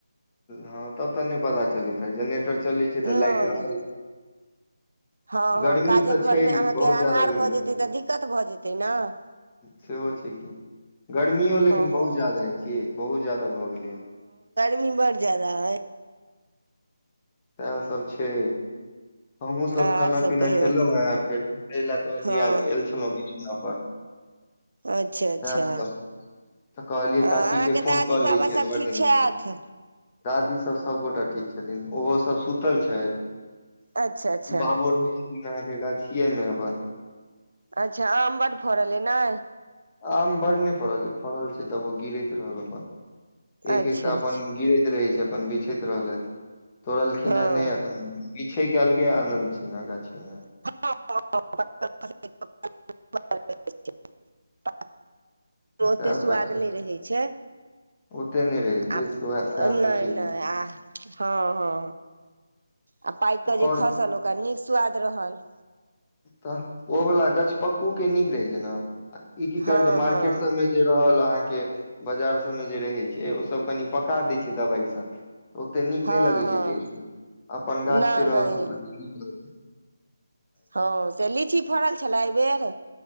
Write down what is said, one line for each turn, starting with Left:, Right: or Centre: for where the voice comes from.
Left: हँ तब तऽ नहि पता ग
Right: नहि नहि हँ हँ काजे घर मे अहाँके अन्हार भऽ जेतै तऽ दिक्कत
Left: ग।
Right: भऽ जेतै ने हँ हँ ी बड़ जादा है।
Left: तएह सब छै। हमहुँ सब
Right: आर
Left: खाना
Right: सब
Left: पीना
Right: कहियौ
Left: खेलहुं हे फेर लए कहलिय
Right: हँ
Left: आब एल छलहुं बिीचना पर
Right: अच्छा अच्छा
Left: सएहसभ तऽ कहलियै
Right: अहाँके
Left: काकीके फोन
Right: दादी
Left: कऽ
Right: बाबा
Left: लै छियनि
Right: सब
Left: बर
Right: ठीक
Left: दिन
Right: छथि
Left: भेलै दादीसभ सभगोटा ठीक छथिन ओहोसभ सुतल छथि।
Right: अच्छा अच्छा
Left: बाबो रह अहाँके गाछिए मे अपन।
Right: अच्छा आम बड फड़ले ने।
Left: आम बड नहि फड़ल फड़ल छै तब ओ गिरैत रहल अपन एक
Right: अच्छा
Left: एकटा
Right: अच्छा
Left: अपन गिरैत रहै छै। अपन बिछैत रहलथि। तोड़लखिन
Right: हँ
Left: हे नहि एखन। पीछे कलके आनंन्द सि ने गाछीमे।
Right: <unintelligible> मे
Left: सएह
Right: ओतेक सुआाद
Left: सब छै
Right: नहि रहैत छै।
Left: ओते नहि रहै छै
Right: आ
Left: सएह सएह सब
Right: नहि
Left: छै कि
Right: नहि आ हँ हँ आ पाक के
Left: आओर
Right: जे खसल ओकरा नीक स्वाद रहल।
Left: तऽ ओवला गछ पकू क नीक रहे छै ने। ई की
Right: हँ
Left: करै छै मार्केट
Right: हँ
Left: सब में जे रहल अहाँके के बाजार सभमे जे रहै छै ओसभ कनि पका दै छै दबाइसँ तऽ ओतेक नीक
Right: हँ
Left: नहि लगैत
Right: हँ
Left: छै टेस्ट अपन गाछके
Right: नहि नहि
Left: रहल तऽ नीक ल।
Right: हँ से लीची फड़ल छलए एहिबेर।